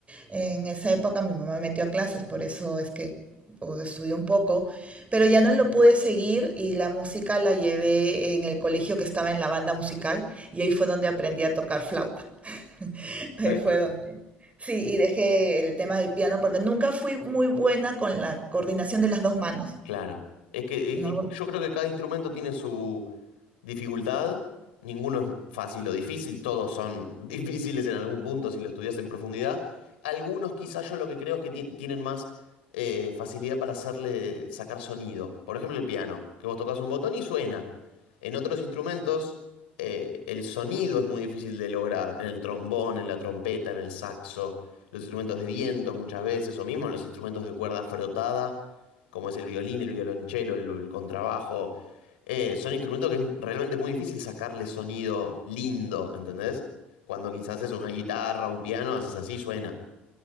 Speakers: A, on the right; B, on the left.
A: En esa época mi mamá me metió a clases, por eso es que o, estudié un poco, pero ya no lo pude seguir y la música la llevé en el colegio que estaba en la banda musical. Y ahí fue donde aprendí a tocar flauta. <laughs>
B: perfecto.
A: Ahí fue donde... Sí, y dejé el tema del piano porque nunca fui muy buena con la coordinación de las dos manos,
B: Claro. Es que, es
A: ¿no?
B: que yo creo que cada instrumento tiene su, Dificultad, ninguno es fácil o difícil, todos son <laughs> difíciles en algún punto si lo estudias en profundidad. Algunos quizás yo lo que creo es que ti- tienen más eh, facilidad para hacerle sacar sonido. Por ejemplo, el piano, que vos tocas un botón y suena. En otros instrumentos eh, el sonido es muy difícil de lograr, en el trombón, en la trompeta, en el saxo, los instrumentos de viento muchas veces, o mismo los instrumentos de cuerda frotada, como es el violín, el violonchelo, el el contrabajo eh, son instrumentos que es realmente muy difícil sacarle sonido lindo, ¿entendés? Cuando quizás es una guitarra o un piano, haces así, suena.